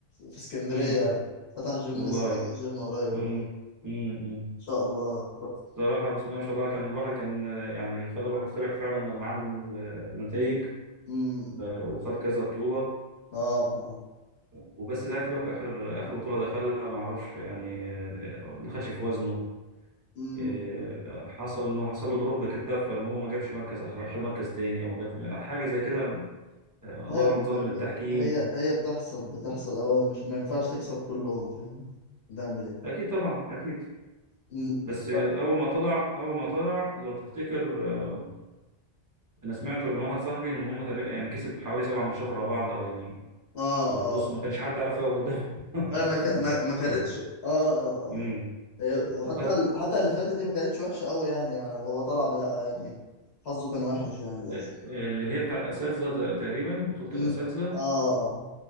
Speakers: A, on the left; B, on the right.
A: في اسكندرية
B: مم.
A: فتح جيم
B: والله
A: لسه فاتح جيم قريب
B: مم.
A: اه ان
B: مم. مم.
A: شاء الله ر-
B: صراحة بسم الله ما شاء الله كان الواحد كان آه، يعني خلى الواحد فرح فعلا لما عمل النتائج
A: م- م-
B: وخد كذا بطولة
A: اه اه
B: وبس زعلت بقى في آخر آخر بطولة دخلها ما أعرفش يعني آه، ما دخلش في وزنه
A: م-
B: آه، حصل إنه حصل له دروب كده فالمهم ما جابش مركز آخر- خد مركز تاني أو ما جاب حاجة زي كده الله
A: هي
B: اعلم
A: ب...
B: اتظلم من
A: ب...
B: التحكيم
A: هي هي بتحصل بتحصل هو مش ما ينفعش تكسب كلهم فاهم هتعمل ايه
B: اكيد طبعا اكيد
A: م-
B: بس اول
A: اه
B: ما طلع اول ما طلع لو تفتكر آه، انا سمعت من واحد صاحبي ان هم تقريبا يعني كسب حوالي سبع ماتشات ورا بعض او يعني
A: اه
B: وبص ما كانش حد عارف يقف قدامه
A: هي ما ك...
B: <laughs>
A: ما... ما كانتش اه اه
B: أمم.
A: اه هي وحتى
B: وخد
A: ال... حتى اللي فاتت دي ما كانتش وحشة قوي يعني هو طلع بلا يعني حظه كان وحش يعني
B: آه،
A: للأسف.
B: اللي هي بتاع الاساتذه ت- تقريبا بطوله
A: مم.
B: الاساتذه
A: اه اه